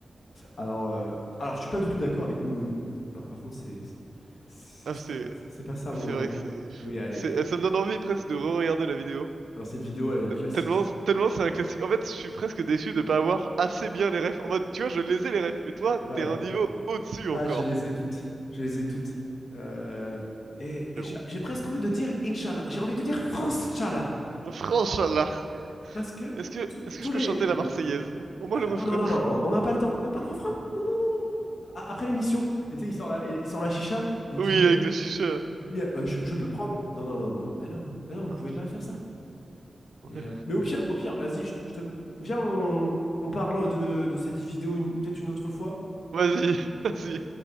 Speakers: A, on the left; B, on the right.
A: Alors, euh, alors, je suis pas du tout d'accord avec Mouloud. Alors, par contre, c'est c'est
B: Ah, c'est...
A: c'est pas, c'est pas ça mon
B: C'est
A: nom.
B: vrai que
A: hein.
B: c'est...
A: Oui, allez,
B: c'est-
A: allez.
B: eh, Ça me donne envie presque de re-regarder la vidéo.
A: Dans cette vidéo, elle est un classique.
B: Tellement, tellement c'est un classique. En fait, je suis presque déçu de pas avoir assez bien les refs. En mode, tu vois, je les ai les refs, mais toi,
A: Ouais.
B: t'es un niveau au-dessus encore.
A: Ah, je les ai toutes. Je les ai toutes. Euh, et
B: Mais
A: et j'ai
B: bon.
A: j'ai presque envie de dire Inch'Allah. J'ai envie de dire France Inch'Allah.
B: Franchement,
A: Parce que
B: Est-ce que,
A: tous
B: est-ce
A: tous
B: que je
A: les.
B: peux chanter la Marseillaise? Au moins
A: Ah,
B: le refrain.
A: non, non, non,
B: <laughs>
A: non, on n'a pas le temps. Même pas le refrain. Non, non, non. non. A- Après l'émission, et tu sais, il sort la, il, il sort la chicha. Il
B: Oui,
A: dit, euh,
B: avec le chicha.
A: il dit, euh, je, je peux prendre? Non, non, non, non, non, mais non. Mais non, vous
B: Ah,
A: pouvez
B: pff.
A: pas faire ça.
B: ouais.
A: Mais, euh, mais au pire, au pire, vas-y, je, te. je te- Viens, on, on parle de, de cette vidéo une- peut-être une autre fois.
B: Vas-y, <laughs> vas-y.